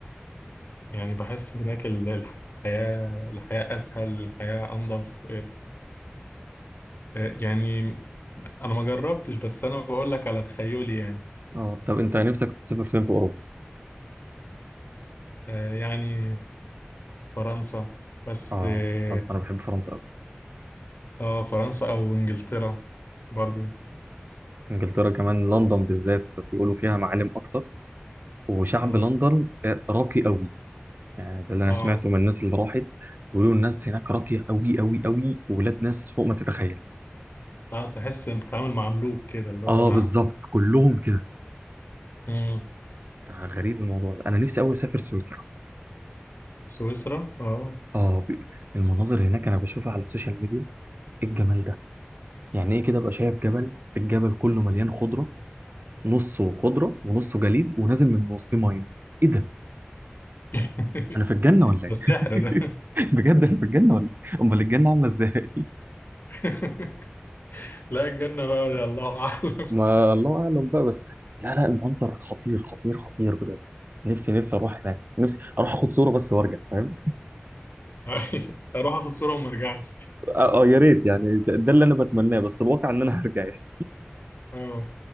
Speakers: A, on the left; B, on the right.
A: يعني بحس هناك ال- الحياه الحياه اسهل الحياه انظف آه، يعني انا ما جربتش بس انا بقول لك على تخيلي يعني
B: اه طب انت نفسك تسافر فين في اوروبا؟
A: آه، يعني فرنسا بس
B: اه
A: اه
B: فرنسا انا بحب فرنسا قوي
A: آه، فرنسا او انجلترا برضو
B: انجلترا كمان لندن بالذات بيقولوا فيها معالم اكتر وشعب
A: مم.
B: لندن آه، راقي قوي يعني ده اللي انا
A: اه
B: سمعته من الناس اللي راحت بيقولوا الناس هناك راقيه قوي قوي قوي وولاد ناس فوق ما تتخيل
A: اه تحس بتتعامل مع ملوك كده اللي هو
B: اه بالظبط كلهم كده
A: مم.
B: غريب الموضوع ده انا نفسي قوي اسافر سويسرا
A: سويسرا اه
B: اه بي- المناظر هناك انا بشوفها على السوشيال ميديا ايه الجمال ده يعني ايه كده ابقى شايف جبل الجبل كله مليان خضره نصه خضره ونصه جليد ونازل من وسط ميه ايه ده
A: <laughs>
B: انا في الجنه ولا
A: ده سحر
B: ايه
A: ده
B: <laughs> بجد انا في الجنه ولا إيه؟ امال الجنه عامله ازاي
A: <laughs> لا الجنة بقى يا الله اعلم
B: ما الله اعلم بقى بس لا لا المنظر خطير خطير خطير بجد نفسي نفسي اروح هناك نفسي اروح اخد صوره بس وارجع فاهم
A: <laughs> اروح اخد صورة وما ارجعش
B: اه, آه يا ريت يعني ده, ده اللي انا بتمناه بس الواقع ان انا هرجع يعني.
A: اه